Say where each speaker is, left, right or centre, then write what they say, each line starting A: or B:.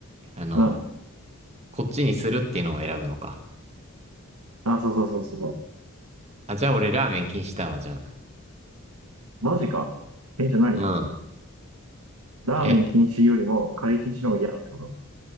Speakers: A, on the right (about 30°); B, on the right (about 90°).
A: あの、
B: うん。
A: こっちにするっていうのを選ぶのか。
B: あ、そうそうそうそうそう。
A: あ、じゃあ俺ラーメン禁止だわ、じゃあ。
B: マジか。え、じゃあ何
A: うん。
B: ラーメン禁止よりもカレー禁止の方が嫌だってこと
A: え、